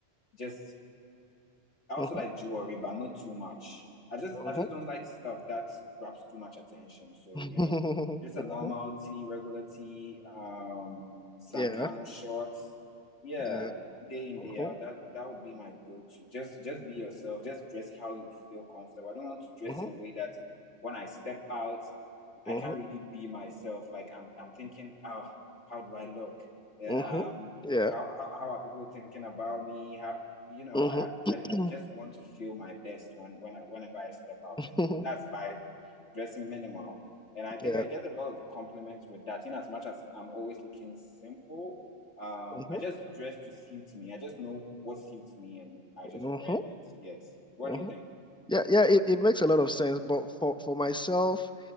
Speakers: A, on the left; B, in the centre.
A: just I also
B: Mm-hmm.
A: like jewelry, but not too much. I just
B: Mm-hmm.
A: I just don't like stuff that grabs too much attention. So, you
B: <laughs>
A: know, just
B: Mm-hmm.
A: a normal tee, regular tee, um, some
B: Yeah.
A: camel shorts. Yeah,
B: Yeah.
A: day in,
B: Mm-hmm.
A: day out. That that would be my go-to. Just just be yourself. Just dress how you feel comfortable. I don't want to dress
B: Mm-hmm.
A: in a way that when I step out, I
B: Mm-hmm.
A: can't really be myself. Like I'm I'm thinking, oh, how do I look? Yeah,
B: Mm-hmm.
A: um,
B: Yeah.
A: how, how how are people thinking about me? How you know,
B: Mm-hmm.
A: I, I, I
B: <clears throat>
A: just want to feel my best when, when whenever I step out, and
B: Mm-hmm.
A: that's
B: <laughs>
A: by dressing minimal. And I think
B: Yeah.
A: I get a lot of compliments with that. In as much as I'm always looking simple, um,
B: Mm-hmm.
A: I just dress to suit me. I just know what suits me, and I just
B: Mm-hmm.
A: wear that. Yes. What
B: Mm-hmm.
A: do you think?
B: Yeah, yeah, it, it makes a lot of sense. But for for myself,